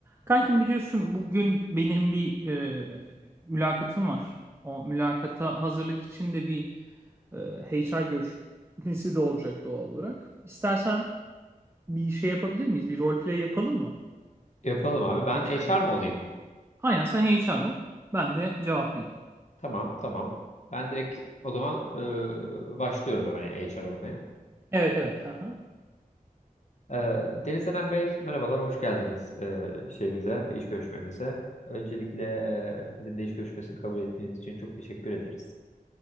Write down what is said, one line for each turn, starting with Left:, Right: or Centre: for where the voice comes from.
Right: Kankim biliyorsun bugün benim bir e, mülakatım var. O mülakata hazırlık için de bir e, HR görüşmesi de olacak doğal olarak. İstersen bir şey yapabilir miyiz? Bir role play yapalım mı?
Left: Yapalım abi. Ben
Right: HR
Left: HR
Right: görüşmesi
Left: mı olayım?
Right: için. Aynen sen HR ol. Ben de cevaplayayım.
Left: Tamam, tamam. Ben direkt o zaman e, başlıyorum hemen HR olmaya.
Right: Evet evet. Aha.
Left: E, Deniz Eren Bey, merhabalar, hoş geldiniz e, şeyimize, iş görüşmemize. Öncelikle e, bizimle iş görüşmesini kabul ettiğiniz için çok teşekkür ederiz.